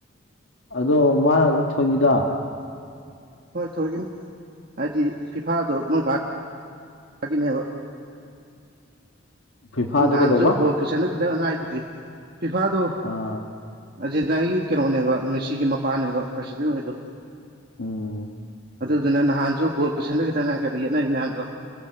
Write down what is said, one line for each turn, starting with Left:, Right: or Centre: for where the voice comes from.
Left: ꯑꯗꯣ ꯃꯥꯅ ꯑꯗꯨꯝ ꯊꯣꯏꯅꯤꯗ
Right: ꯍꯣꯏ ꯊꯣꯏꯒꯅꯤ ꯍꯥꯏꯗꯤ ꯐꯤꯐꯥꯗꯣ ꯃꯣꯏ ꯚ ꯅꯦꯕ
Left: ꯐꯤꯐꯥꯗꯣ
Right: ꯅꯍꯟꯁꯨ
Left: ꯀꯩꯗꯧꯕ
Right: ꯕꯥꯜ <unintelligible> ꯐꯤꯐꯥꯗꯣ
Left: ꯑ
Right: ꯑꯔꯒꯦꯟꯇꯤꯅꯥꯒꯤ ꯀꯩꯅꯣꯅꯦꯕ ꯃꯦꯁꯤꯒꯤ ꯃꯄꯥꯅꯦꯕ ꯄ꯭ꯔꯁꯤꯗꯦꯟ ꯑꯣꯏꯗꯣ꯫
Left: ꯎꯝ
Right: ꯑꯗꯨꯗꯨꯅ ꯅꯍꯥꯟꯁꯨ ꯕꯣꯜ ꯄꯨꯁꯤꯟꯗꯧ ꯈꯤꯇꯪ ꯉꯥꯏ ꯅꯍꯟꯗ ꯌꯦꯠꯅꯔꯤ ꯃꯌꯥꯝꯗꯣ꯫